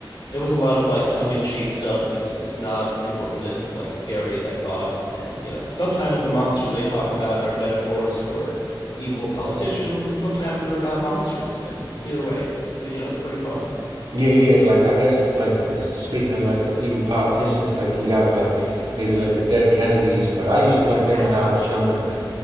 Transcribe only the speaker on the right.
Yeah, yeah. Like I guess like this, speaking of like evil politicians, like you gotta like maybe like the dead Kennedys, but I used to like
them when I was younger,